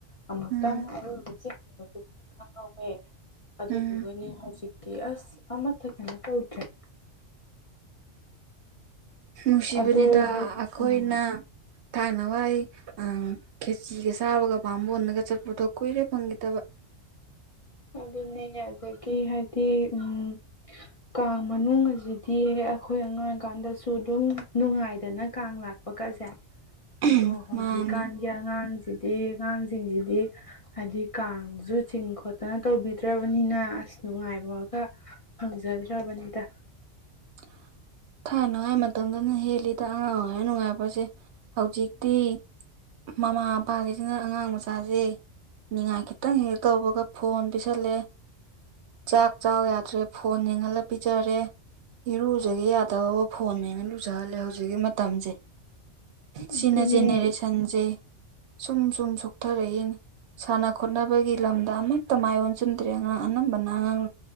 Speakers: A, on the left (about 35°); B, on the right (about 70°).
A: ꯑꯃꯨꯛꯇꯪ
B: ꯎꯝ
A: ꯑꯔꯣꯏꯕ ꯆꯦꯟꯒꯤꯕꯗꯨꯕꯨꯗꯤ ꯈꯪꯍꯧꯋꯦ꯫ ꯑꯗꯨꯗꯨꯒꯅꯦ
B: ꯎꯝ
A: ꯍꯧꯖꯤꯛꯇꯤ ꯑꯁ ꯑꯃꯠꯇ ꯀꯩꯅꯣ ꯇꯧꯗ꯭ꯔꯦ
B: ꯅꯨꯡꯁꯤꯕꯅꯤꯗ
A: ꯑꯗꯣ
B: ꯑꯈꯣꯏꯅ__
A: ꯎꯝ
B: ꯊꯥꯏꯅ ꯋꯥꯏ ꯑꯥ ꯈꯦꯆꯤꯒ ꯆꯥꯕꯒ ꯕꯥꯃꯣꯟꯗꯒ ꯆꯠꯄꯗꯣ ꯀꯨꯏꯔꯦ ꯐꯪꯒꯤꯗꯕ꯫
A: ꯑꯗꯨꯅꯦ ꯑꯗꯒꯤ ꯍꯥꯏꯗꯤ ꯎꯝ__ ꯀꯥꯡ ꯃꯅꯨꯡ ꯁꯤꯗꯤ ꯑꯈꯣꯏ ꯑꯉꯥꯡ ꯑꯣꯏꯀꯥꯟꯗꯁꯨ ꯑꯗꯨꯝ ꯅꯨꯡꯉꯥꯏꯗꯅ ꯀꯥꯡ ꯂꯥꯛ__ ꯂꯥꯛꯄꯒꯁꯦ
B: <inaudible>
A: ꯑꯗꯣ ꯍꯧꯖꯤꯛꯀꯥꯟ
B: ꯃꯥꯅꯤ
A: ꯒꯤ ꯑꯉꯥꯡꯁꯤꯗꯤ ꯑꯉꯥꯡꯁꯤꯡꯁꯤꯗꯤ ꯍꯥꯏꯗꯤ ꯀꯥꯡꯁꯨ ꯆꯤꯡ ꯈꯣꯠ ꯐꯖꯅ ꯇꯧꯕꯤꯗ꯭ꯔꯕꯅꯤꯅ ꯑꯁ ꯅꯨꯡꯉꯥꯏꯕꯒ ꯐꯪꯖꯗ꯭ꯔꯕꯅꯤꯗ
B: <inaudible> ꯊꯥꯅꯉꯥꯏ ꯃꯇꯝꯗꯅ ꯍꯦꯜꯂꯤꯗ ꯑꯉꯥꯡ ꯑꯣꯏꯔꯤꯉꯥꯏ ꯅꯨꯡꯉꯥꯏꯕꯖꯦ ꯍꯧꯖꯤꯛꯇꯤ ꯃꯃꯥ ꯄꯥꯒꯤꯁꯤꯅ ꯑꯉꯥꯡ ꯃꯆꯥꯖꯦ ꯅꯤꯡꯉꯥꯏ ꯈꯤꯇꯪ ꯍꯦꯛ ꯇꯧꯕꯒ ꯐꯣꯟ ꯄꯤꯁꯜꯂꯦ ꯆꯥꯛ ꯆꯥꯎ ꯌꯥꯗ꯭ꯔꯦ ꯐꯣꯟ ꯌꯦꯡꯍꯜꯂ ꯄꯤꯖꯔꯦ ꯏꯔꯨꯖꯒꯦ ꯌꯥ ꯇꯧꯋꯣ ꯐꯣꯟ ꯌꯦꯡꯉ ꯂꯨꯖꯍꯜꯂꯦ ꯍꯧꯖꯤꯛꯀꯤ ꯃꯇꯝꯖꯦ
A: ꯑꯗꯨꯅꯦ
B: ꯁꯤꯅ ꯆꯦꯅꯦꯔꯦꯁꯟ ꯁꯟꯁꯦ ꯁꯨꯝ ꯁꯨꯝ ꯁꯣꯛꯊꯔꯛꯏꯅꯦ ꯁꯥꯟꯅ ꯈꯣꯠꯅꯕꯒꯤ ꯂꯝꯗ ꯑꯃꯠꯇ ꯃꯥꯏ ꯑꯣꯟꯁꯤꯟꯗ꯭ꯔꯦ ꯑꯉꯥꯡ ꯑꯅꯝꯕꯅ ꯑꯉꯥꯡ